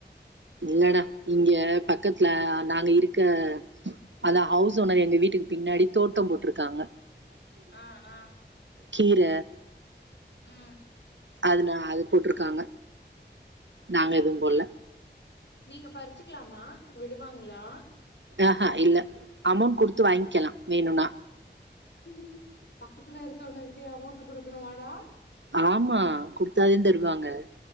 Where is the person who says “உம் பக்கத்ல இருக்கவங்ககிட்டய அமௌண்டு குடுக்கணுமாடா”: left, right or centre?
Left